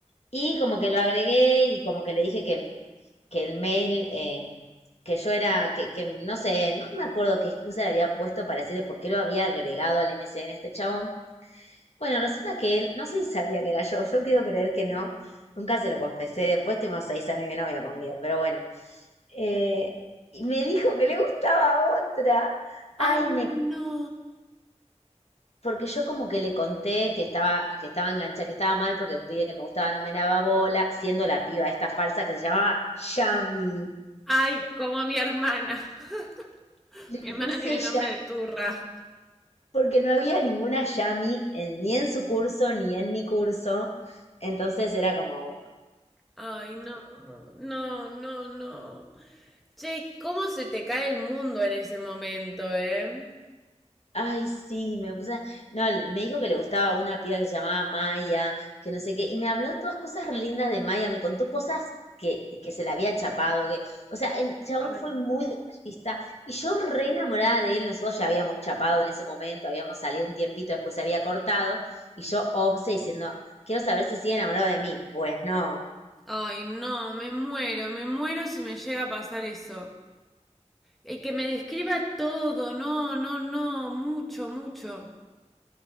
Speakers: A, on the left; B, in the centre.
A: Y como que lo agregué y como que le dije que, que el mail, eh, que yo era, que, que no sé, no me acuerdo qué excusa le había puesto para decirle por qué lo había agregado al MSN a este chabón. Bueno, resulta que él, no sé si sabía que era yo, yo quiero creer que no, nunca se lo confesé, después tuvimos seis años de novia con Guido, pero bueno. Eh, y me dijo que le gustaba otra. Ay,
B: Ay,
A: me
B: no.
A: porque yo como que le conté que estaba, que estaba enganchada, que estaba mal porque un pibe que me gustaba no me daba bola, siendo la piba esta falsa que se llamaba Yami.
B: Ay, como mi hermana. <laughs>
A: Me
B: Mi hermana
A: puse
B: tiene nombre
A: ya,
B: de turra.
A: porque no había ninguna Yami en- ni en su curso ni en mi curso. Entonces era como, bueno,
B: Ay, no, no, no, no. Che, ¿cómo se te cae el mundo en ese momento, eh?
A: Ay, sí, me puse. a- No, le- me dijo que le gustaba una piba que se llamaba Maya, que no sé qué, y me habló todas cosas re lindas de Maya, me contó cosas que, de que se la había chapado, que, o sea, el chabón
B: Ay.
A: fue muy detallista, y yo re enamorada de él, nosotros ya habíamos chapado en ese momento, habíamos salido un tiempito, después se había cortado, y yo obse diciendo, quiero saber si sigue enamorado de mí. Pues no.
B: Ay, no, me muero, me muero si me llega a pasar eso. Y que me describa todo, no, no, no, mucho, mucho,